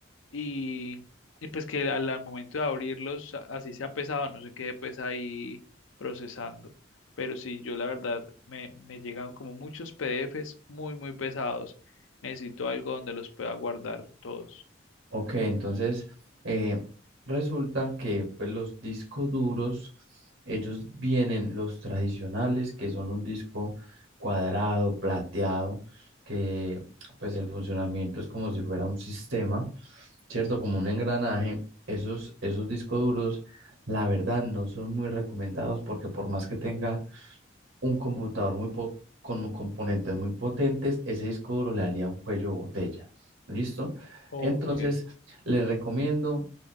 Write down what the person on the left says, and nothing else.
y, y pues que al, al momento de abrirlos, a- así sea pesado, no se quede pues ahí procesando. Pero sí, yo la verdad me, me llegan como muchos PDFs muy, muy pesados. Necesito algo donde los pueda guardar todos.
Ok,